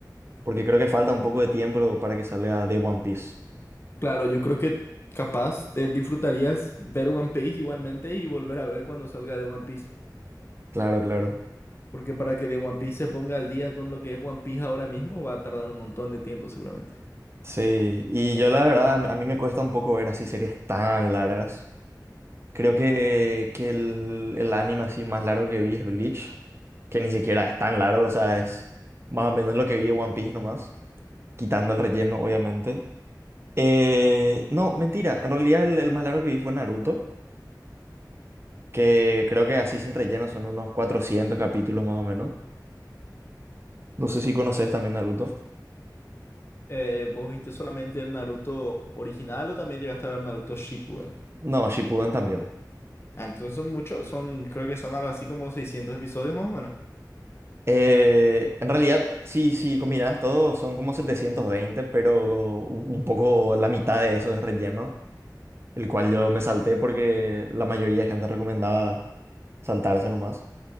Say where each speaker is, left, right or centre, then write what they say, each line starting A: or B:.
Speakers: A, on the right; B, on the left.
A: porque creo que falta un poco de tiempo para que salga de One Piece.
B: Claro, yo creo que capaz te disfrutarías ver One Piece igualmente y volver a ver cuando salga de One Piece.
A: Claro, claro.
B: Porque para que de One Piece se ponga al día con lo que es One Piece ahora mismo, va a tardar un montón de tiempo seguramente.
A: Sí, y yo la verdad, a mí me cuesta un poco ver así series tan largas. Creo que, que el, el anime así más largo que vi es Bleach, que ni siquiera es tan largo, o sea, es más o menos lo que vi de One Piece nomás, quitando el relleno, obviamente. Eh, no, mentira, en realidad el, el más largo que vi fue Naruto, que creo que así sin relleno son unos 400 capítulos más o menos. No sé si conoces también Naruto.
B: Eh, ¿vos viste solamente el Naruto original o también llegaste a ver Naruto Shippuden?
A: No, Shippuden también.
B: Ah, entonces son muchos, son, creo que son algo así como 600 episodios más o menos.
A: Eh, en realidad, sí, sí, combinadas todo, son como 720 pero un, un poco la mitad de eso es relleno. el cual yo me salté porque la mayoría de gente recomendaba saltarse nomás